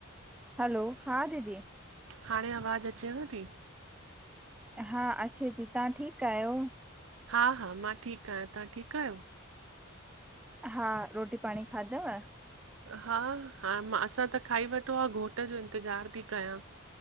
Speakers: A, in the centre; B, on the right.
A: हलो हा दीदी
B: हाणे आवाज़ अचेव थी?
A: हा अचे थी तव्हां ठीकु आहियो?
B: हा-हा मां ठीकु आहियां। तव्हां ठीकु आहियो?
A: हा रोटी पाणी खाधव?
B: हा हा मां असां त खाई वठो आहे घोट जो इंतज़ारु थी कयां।